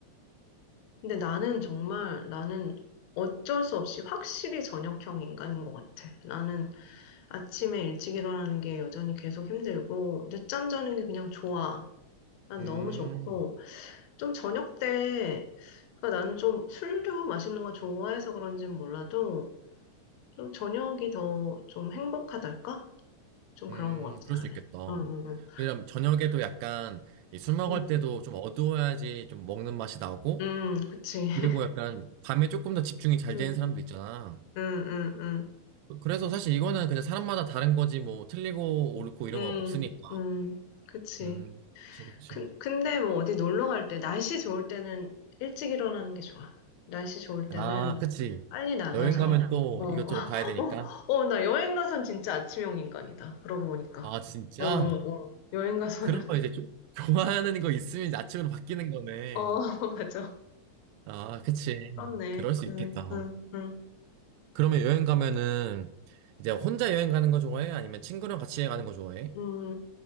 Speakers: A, on the left; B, on the right.
A: 근데 나는 정말, 나는 어쩔 수 없이 확실히 저녁형 인간인 것 같아. 나는 아침에 일찍 일어나는 게 여전히 계속 힘들고, 늦잠 자는 게 그냥 좋아. 난
B: 음,
A: 너무 좋고, 좀 저녁 때, 그러니까 나는 좀 술도 마시는 거 좋아해서 그런진 몰라도, 좀 저녁이 더 좀 행복하달까? 좀
B: 음,
A: 그런 것 같진
B: 그럴
A: 않는
B: 수 있겠다.
A: 응, 응,
B: 왜냐면 저녁에도 약간 이술 먹을
A: 응.
B: 때도 좀 어두워야지 좀 먹는 맛이 나고
A: 응, 응, 그치. <laughs>
B: 그리고 약간 밤에 조금 더 집중이 잘
A: 응,
B: 되는 사람도 있잖아.
A: 응, 응, 응.
B: 그래서 사실 이거는 그냥 사람마다 다른 거지 뭐 틀리고 옳고 이런
A: 응,
B: 거 없으니까.
A: 응, 그치.
B: 음, 그치, 그치.
A: 근, 근데 뭐 어디 놀러 갈 때, 날씨 좋을 때는 일찍 일어나는 게 좋아. 날씨 좋을
B: 아,
A: 때는
B: 그치.
A: 빨리 나가서,
B: 여행 가면 또
A: 어,
B: 이것저것
A: <laughs>
B: 봐야 되니까.
A: 어, 나 여행 가선 진짜 아침형 인간이다. 그러고 보니까.
B: 아, 진짜?
A: 어, 어, 어. 여행 가서는,
B: 그러면
A: <laughs>
B: 이제 음. 조- <laughs> 좋아하는 거 있으면 이제 아침으로 바뀌는 거네.
A: 어, <laughs> 맞아.
B: 아, 그치.
A: 그렇네.
B: 그럴 수
A: 응,
B: 있겠다. 어.
A: 응, 응,
B: 그러면 여행 가면은 이제 혼자 여행 가는 거 좋아해? 아니면 친구랑 같이 가는 거 좋아해?
A: 응.